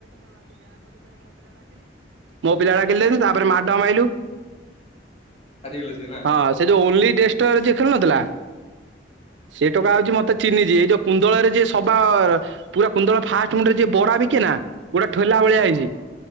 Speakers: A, on the right; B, on the left.
A: ମୋ ପିଲା ଡାକିଲି ଯେମିତୀ ତାପରେ ମାଡ ମାଇଲୁ।
B: ହାରିଗଲେ ସେ ନା?
A: ହଁ ସେ ଯୋଉ ଓଁଲି ଡେଷ୍ଟର ଯିଏ ଖେଳୁନଥିଲା ସେ ଟୋକା ଆଉଛି ମତେ ଚିହ୍ନିଚି ଏଇ ଯୋଉ କୁନ୍ଦଳରେ ଯିଏ ସବା ପୁରା କୁନ୍ଦଳ ଫାଷ୍ଟ ମୁଣ୍ଡରେ ଯିଏ ବରା ବିିକେ ନା। ଗୋଟେ ଠୋଲା ଭଳିଆ
B: ହଁ
A: ହେଇଛି
B: ହଁ